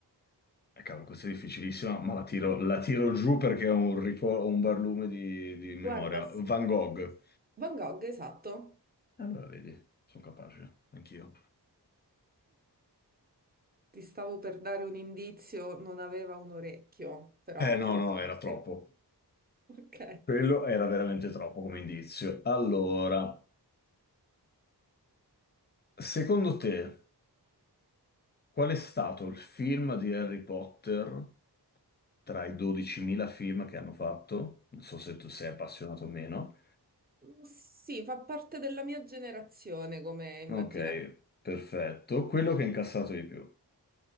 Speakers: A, on the left; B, on the right.
A: Eh, cavolo, questa è difficilissima, ma la tiro, la tiro giù perché ho un, ricor- ho un barlume di, di memoria.
B: Guarda, s-
A: Van Gogh.
B: Van Gogh, esatto.
A: Allora, vedi, sono capace, anch'io.
B: Ti stavo per dare un indizio, non aveva un orecchio, però...
A: Eh no,
B: non-
A: no, era troppo.
B: <laughs> Ok.
A: Quello era veramente troppo come indizio. Allora, secondo te, qual è stato il film di Harry Potter? tra i 12.000 film che hanno fatto, non so se tu sei appassionato o meno.
B: Sì, fa parte della mia generazione, come immaginate.
A: Ok, perfetto. Quello che ha incassato di più.